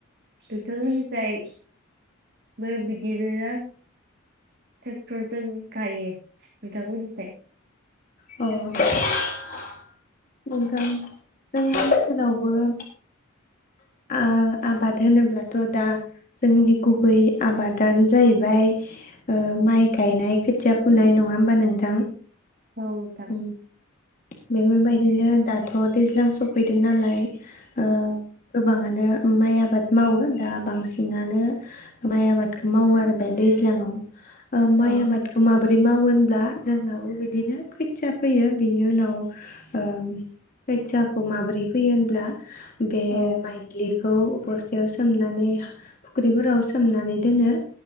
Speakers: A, on the right; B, on the left.
A: नोंथांमोननि <unintelligible> बो बिदिनो ट्रेक्टरजों गायो नोंथांमोननिसाय।
B: अ <unintelligible> <unintelligible> आ आबाद होनोब्लाथ दा जोंनि गुबै आबादानो जाहैबाय ओ माइ गायनाय खोथिया फुनाय नङा होमबा नोंथां?
A: औ नोंथां।
B: उम बेफोरबायदिनो दाथ' दैज्लां सफैदों नालाय ओ गोबाङानो माइ आबाद मावो दा बांसिनानो माइ आबादखौ मावो आरो बे दैज्लाङाव। ओ
A: औ
B: माइ आबादखौ माबोरै मावो होनब्ला जोंनावो बिदिनो खोथिया फोयो बिनि उनाव ओ खोथियाखौ माबोरै फैयो होनब्ला बे
A: औ
B: माइदलिखौ बस्थायाव सोमनानै फुख्रिफोराव सोमनानै दोनो।